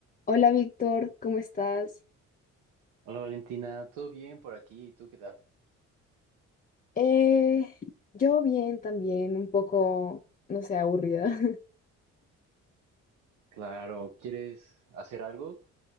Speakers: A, on the left; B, on the right.
A: Hola Víctor, ¿cómo estás?
B: Hola Valentina, ¿todo bien por aquí? ¿Y ¿Tú qué tal?
A: Eh, yo bien también, un poco, no sé, aburrida. <laughs>
B: Claro, ¿quieres hacer algo?